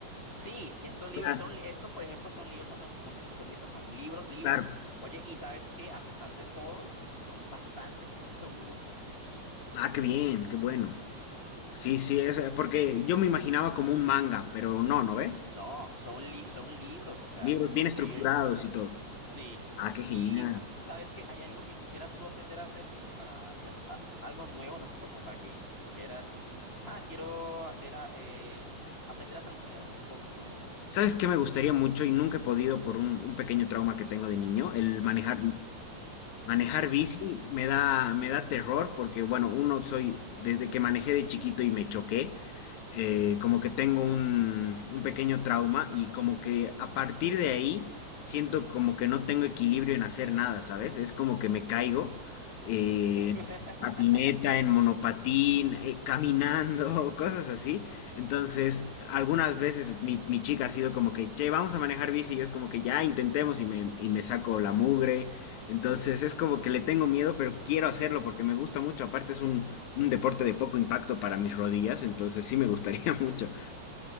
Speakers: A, on the left (about 50°); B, on the left (about 80°).
A: Sí, estos libros
B: Claro,
A: son, li- estos por ejemplo son libros, no son, no son historietas, son libros, libros.
B: claro.
A: Oye, y sabes que a pesar de todo, son bastante entretenidos, son muy completos.
B: Ah, qué bien, qué bueno. Sí, sí, es eh, porque yo me imaginaba como un manga, pero no, ¿no ve?
A: No, son, li- son libros, o sea,
B: Libros
A: es
B: bien
A: increíble.
B: estructurados y todo.
A: Sí,
B: Ah, qué genial.
A: y ah, sabes que hay algo que quisieras tú aprender a hacer, como para ya- a- algo nuevo, no sé, pa- como para que di- dijeras, ah, quiero hacer, a- eh, aprender a hacer algo nuevo, no un hobby nuevo.
B: ¿Sabes qué me gustaría mucho y nunca he podido por un, un pequeño trauma que tengo de niño? El manejar bici. Manejar bici
A: El-
B: me da, me da terror porque, bueno, uno soy, desde que manejé de chiquito y me choqué, eh, como que tengo un, un pequeño trauma y como que a partir de ahí siento como que no tengo equilibrio en hacer nada, ¿sabes? Es como que me caigo eh,
A: <laughs>
B: en patineta, en monopatín, eh, caminando, <laughs> cosas así. Entonces, algunas veces mi, mi chica ha sido como que, che, vamos a manejar bici, y yo es como que ya intentemos y me, y me saco la mugre. Entonces es como que le tengo miedo, pero quiero hacerlo porque me gusta mucho. Aparte es un, un deporte de poco impacto para mis rodillas, entonces sí me gustaría <laughs> mucho.